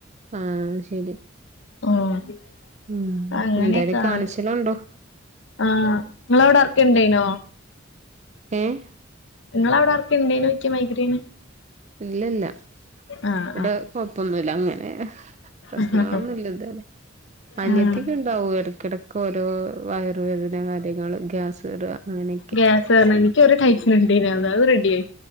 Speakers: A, on the right; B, on the left.
A: ആഹ് ശെരി
B: ആഹ്
A: ഉം
B: അങ്ങനെയൊക്കാണ്
A: എന്തായാലും കാണിച്ചളോണ്ടോ
B: ആഹ് ഇങ്ങളവ്ടെ എറ്ക്കിണ്ടേനോ
A: ഏഹ്
B: ഇങ്ങളവ്ടെ ആർക്കാ ഇണ്ടെയ്നെ ചോയ്ക്കാ മൈഗ്രയിന്
A: ഇല്ലല്ല
B: ആഹ്
A: ഇവെടെ കൊഴ്പ്പൊന്നുല്ല അങ്ങനെ പ്രശ്നങ്ങളൊന്നുല്ലത്
B: ആഹ്
A: വെരെ അനിയത്തികണ്ടാവും
B: ആഹ്
A: എട്ക്കെടക്ക് ഓരോ വയറുവേദന കാര്യങ്ങള് ഗ്യാസ് കേറാ അങ്ങനെ
B: ഗ്യാസെറ്ണെ നിക്ക് ഒര് ടൈമില്ണ്ടേനി അത് റെഡി ആയി